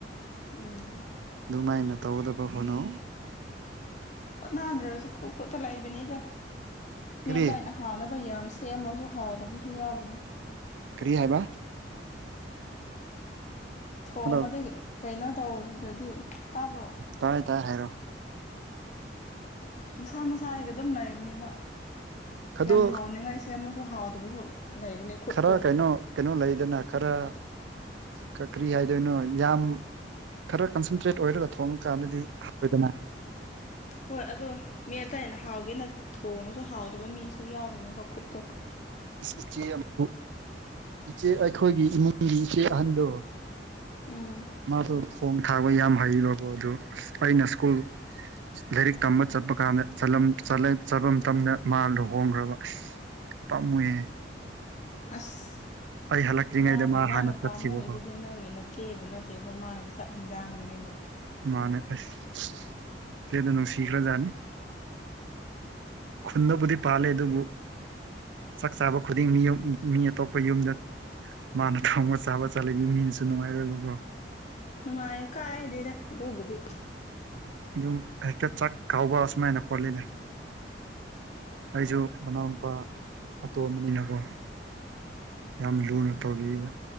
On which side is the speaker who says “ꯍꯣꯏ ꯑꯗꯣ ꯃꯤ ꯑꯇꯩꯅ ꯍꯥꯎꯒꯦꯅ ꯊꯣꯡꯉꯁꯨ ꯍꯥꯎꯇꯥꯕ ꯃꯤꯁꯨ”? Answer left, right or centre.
Left